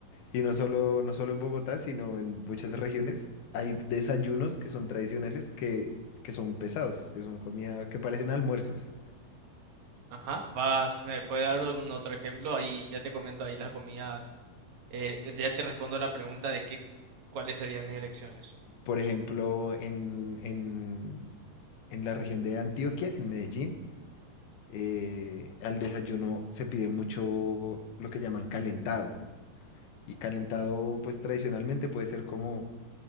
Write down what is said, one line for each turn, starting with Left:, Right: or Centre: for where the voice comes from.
Left: Y no solo, no solo en Bogotá, sino en muchas regiones hay desayunos que son tradicionales que, que son pesados, que son comida, que parecen almuerzos.
Right: Ajá. Vas, ¿me puede dar un otro ejemplo? Ahí ya te comento ahí las comidas. eh, ya te respondo la pregunta de qué, cuáles serían mis elecciones.
Left: Por ejemplo, en, en, en la región de Antioquia, en Medellín, eh, al desayuno se pide mucho lo que llaman calentado. Y calentado, pues tradicionalmente puede ser como,